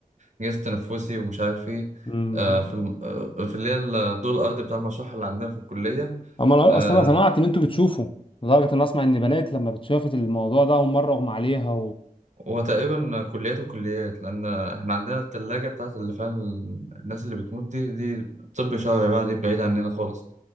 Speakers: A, on the right; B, on the left.
A: الجهاز التنفسي ومش عارف ايه
B: امم
A: آه، في الم... آه، في اللي هي الدور الارضي بتاع المشرحه اللي عندنا في الكليه
B: اما انا
A: آه،
B: اصلا انا سمعت ان انتوا بتشوفوا لدرجه ان اسمع ان بنات لما بتشافت الموضوع ده اول مره اغمى عليها
A: هو تقريبا كليات وكليات لان احنا عندنا الثلاجه بتاعت اللي فيها الناس اللي بتموت دي دي طب شرعي بقى دي بعيد عننا خالص